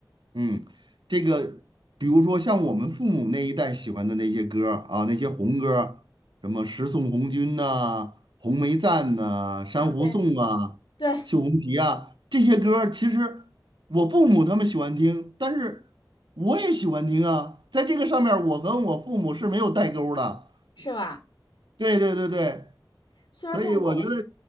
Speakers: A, on the right; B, on the left.
A: 嗯，这个比如说像我们父母那一代喜欢的那些歌儿啊，那些红歌儿什么《十送红军》呐、《红梅赞》呐、《珊瑚颂》啊、
B: 啊，对，对，
A: 《绣红旗》啊，这些歌儿其实我父母他们喜欢听，但是我也喜欢听啊。在这个上面儿我跟我父母是没有代沟儿的。
B: 是吧？
A: 对对对对，
B: 虽然说我
A: 所以我觉得